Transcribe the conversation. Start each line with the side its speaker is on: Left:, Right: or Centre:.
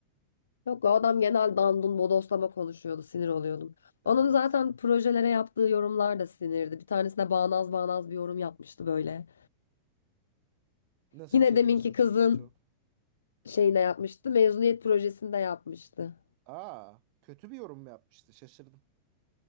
Left: Yok o adam genel dandun bodoslama konuşuyordu sinir oluyordum.
Right: Evet.
Left: Onun zaten projelere yaptığı yorumlar da sinirdi. Bir tanesine bağnaz bağnaz bir yorum yapmıştı böyle.
Right: Nasıl
Left: Yine
Right: bir şey
Left: deminki
Right: demişti hatırlıyor
Left: kızın
Right: musun çok?
Left: şeyine yapmıştı. Mezuniyet projesinde yapmıştı.
Right: Aa, kötü bir yorum mu yapmıştı. Şaşırdım.